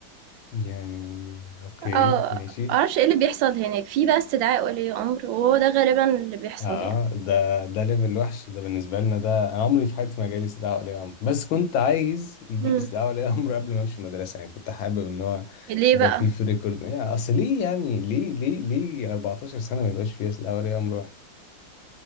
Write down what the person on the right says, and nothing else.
آه،
ما أعرفش إيه اللي بيحصل هناك، في بقى استدعاء ولي أمر وهو ده غالبًا اللي بيحصل
يعني.
إمم،
ليه
بقى؟